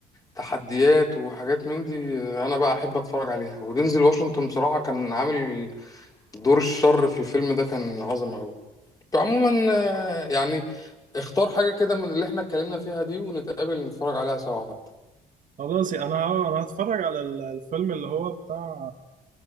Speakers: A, on the left; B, on the right.
A: تحديات وحاجات من دي آه، أنا بقى أحب أتفرج عليها ودينزل واشنطن بصراحة كان عامل دور الشر في الفيلم ده كان عظم أوي فعموما آه، يعني اختار حاجة كده من اللي احنا اتكلمنا فيها دي ونتقابل نتفرج عليها سوا حتى
B: خلاص انا ه- انا هتفرج على ال- الفيلم اللي هو بتاع